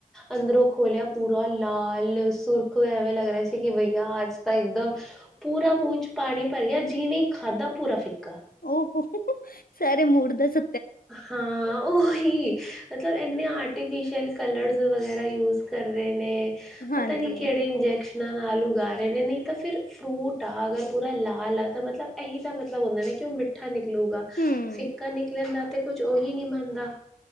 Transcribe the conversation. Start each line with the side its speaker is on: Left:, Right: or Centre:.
Centre: ਅੰਦਰੋਂ ਖੋਲਿਆ ਪੂਰਾ ਲਾਲ, ਸੁਰਖ ਐ ਐਵੇਂ ਲੱਗ ਰਿਹਾ ਸੀ ਕਿ ਬਈਆ, ਅੱਜ ਤਾ ਇੱਕਦਮ ਪੂਰਾ ਮੂੰਹ'ਚ ਪਾਣੀ ਭਰ ਗਿਆ, ਜਿਵੇਂ ਖਾਧਾ ਪੂਰਾ ਫਿੱਕਾ।
Left: ਓ ਹੋ, ਸਾਰੇ ਮੁੜ ਦਾ ਸ
Centre: ਹਾਂ ਓਹੀ, ਮਤਲਬ ਇੰਨੇ ਆਰਟੀਫਿਸ਼ਅਲ ਕਲਰਜ਼ ਵਗੈਰਾ ਯੂਜ਼ ਕਰ ਰਹੇ ਨੇ।
Left: ਹਾਂਜੀ
Centre: ਪਤਾ ਨੀ ਕਿਹੜੇ ਇੰਜੈਕਸ਼ ਨਾਲ ਉਗਾ ਰਹੇ ਨੇ, ਨਹੀਂ ਤਾਂ ਫਿਰ ਫਰੂਟ ਆ ਅਗਰ ਪੂਰਾ ਲਾਲ ਆ, ਤਾਂ ਮਤਲਬ ਇਹੀ ਤਾਂ ਮਤਲਬ ਹੁੰਦਾ ਨੇ ਕਿ ਉਹ ਮਿੱ ਠਾ ਨਿਕਲੂਗਾ,
Left: ਹਮ
Centre: ਫਿੱਕਾ ਨਿਕਲਣ ਦਾ ਤੇ ਕੁੱਝ ਉਹੀ ਨੀ ਬਣਦਾ।